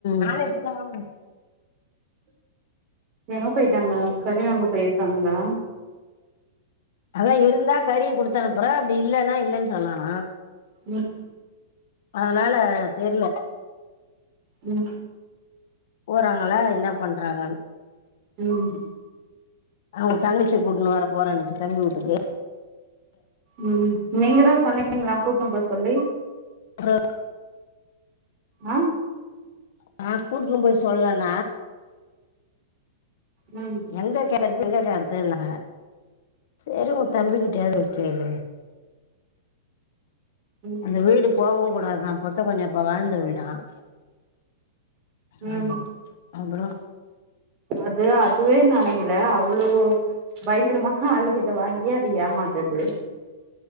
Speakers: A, on the left; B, on the right.
A: நானே இப்பதா வாங்கன
B: எங்க போயிட்டாங்க கறிவாங்க போயிருக்காங்களா
A: அதா இருந்தா கறிய குடுத்தனுப்புறே அப்டி இல்லன்னா இல்லன்னு சொன்னான
B: ம்
A: அதனால தெர்ல
B: ம்
A: போறாங்ளா இன்னா பண்றாங்கன்னு
B: ம்
A: அவுங்க தங்கச்சிய கூட்டுனு வர போறன்னுச்சி தம்பிவுட்க்கு
B: ம் நீங்க தா சொன்னிங்களா கூட்டுனு போ சொல்லி
A: அப்றோ
B: ஆம்
A: நா கூட்டுனு போயி சொல்லன
B: உம்
A: எங்க கேக்குறது எங்க கேக்குறது னாங்க சேரி உங்க தம்பிக்கிட்டயாது
B: ம்
A: போய் கேளு
B: ம்
A: அந்த வீடு போகவும் கூடாதான் பொத்தா கொஞ்சம் இப்ப வாழ்ந்த வீடாம்
B: ம்
A: அப்படின்னு அ ப்ரோ
B: அது அதுவே நனைக்கல அவ்ளோ பயங்கரமா ஆளுகிட்ட வாங்கி ஏமாத்து து